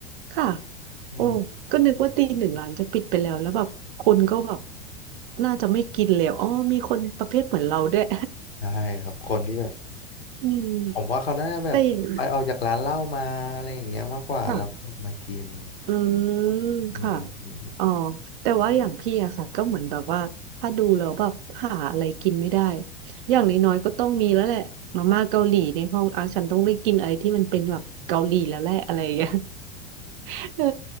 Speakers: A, on the right; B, on the left.
A: ค่ะ
B: อืม
A: โอ้ ก็นึกว่าตีหนึ่งร้านจะปิดไปแล้ว แล้วแบบ คนก็แบบ น่าจะไม่กินแล้วอ๋อมีคนประเภทเหมือนเราด้วย
B: ใช่ครับคนที่แบบ
A: <laughs> อืม
B: ผมว่าเขาน่าจะแบบไปออกจากร้านเหล้ามาอะไรอย่างเงี้ยมากกว่าแล้วมากิน
A: แต่อย่างค่ะ อืม
B: อืม
A: ค่ะอ๋อแต่ว่าอย่างพี่อะค่ะก็เหมือนแบบว่าถ้าดูแล้วแบบหาอะไรกินไม่ได้อย่างน้อยๆก็ต้องมีแล้วแหละมาม่าเกาหลีในห้องอ่ะฉันต้องได้กินอะไรที่มันเป็นแบบเกาหลีแล้วแหละอะไรอย่างเงี้ย <laughs> เออ